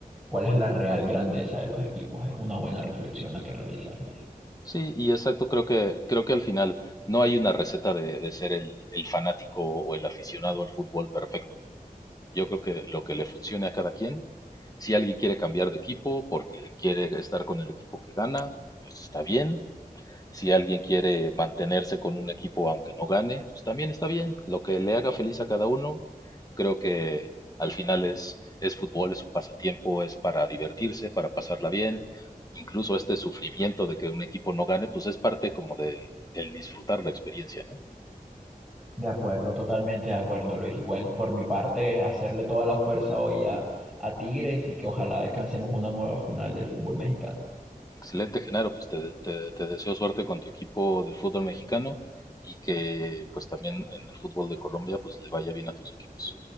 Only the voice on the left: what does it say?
Sí, y exacto, creo que, creo que al final no hay una receta de, de ser el, el fanático o el aficionado al fútbol perfecto. Yo creo que lo que le funcione a cada quien, si alguien quiere cambiar de equipo porque quiere estar con el equipo que gana, pues está bien. Si alguien quiere mantenerse con un equipo aunque no gane, pues también está bien. Lo que le haga feliz a cada uno, creo que al final es, es fútbol, es un pasatiempo, es para divertirse, para pasarla bien. Incluso este sufrimiento de que un equipo no gane, pues es parte como del, del disfrutar la experiencia, ¿no?
Excelente, Genaro, pues te, te- te deseo suerte con tu equipo del fútbol mexicano y que pues también en el fútbol de Colombia pues le vaya bien a tus equipos.